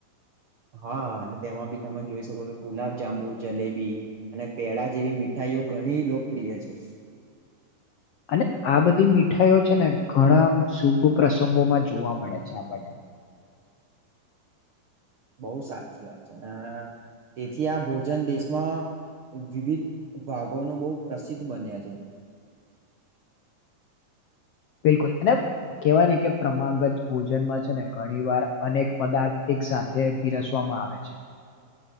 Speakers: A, on the right; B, on the left.
A: હા અને તેમાં બી તમે જોઈ શકો કે ગુલાબ જાંબુ જલેબી અને પેળા જેવી મીઠાઈઓ ઘણી લોકપ્રિય છે.
B: અને આ બધી મીઠાઈઓ છે ને ઘણા શુભ પ્રસંગોમાં જોવા મળે છે આપણને
A: બહુ સાચી વાત છે અને તેથી આ ભોજન દેશમાં વિવિધ ભાગોનો બહુ પ્રસિદ્ધ બન્યા છે.
B: બિલકુલ અને કેવાય ને કે પ્રમાગત ભોજનમાં છે ને ઘણી વાર અનેક પદાર્થ સાથે પીરસવામાં આવે છે.